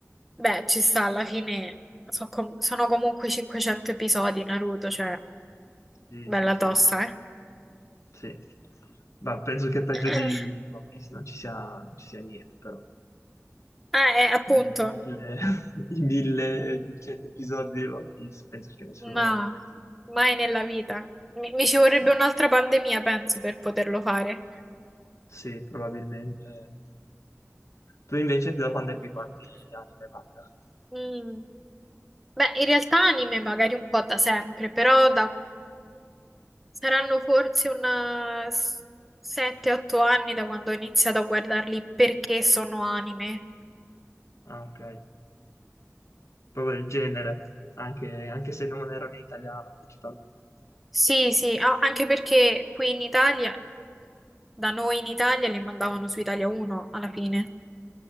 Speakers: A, in the centre; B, on the left (about 70°).
A: Beh, ci sta, alla fine so com- sono comunque 500 episodi Naruto, cioè
B: Sì,
A: bella
B: sì, sì,
A: tosta,
B: mo-
A: eh.
B: sì. Ma penso che peggio
A: <clears throat>
B: di One Piece non ci sia, non ci sia niente, però.
A: Ah, eh, appunto.
B: I mille, <laughs> i 1200 episodi di One Piece, penso che nessuno
A: Ma
B: li abbia battuti.
A: mai nella vita. Mi, mi ci vorrebbe
B: No.
A: un'altra pandemia, penso, per poterlo fare.
B: Sì, probabilmente. Tu invece da quando è che guardi anime e manga?
A: Mm. Beh, in realtà anime magari un po' da sempre, però da- saranno forse un 7-8 anni da quando ho iniziato a guardarli perché sono anime.
B: Ah, ok. Proprio il genere, anche, anche se non erano in italiano principalmente.
A: Sì, sì, a- anche perché qui in Italia, da noi in Italia, li mandavano su Italia 1 alla fine.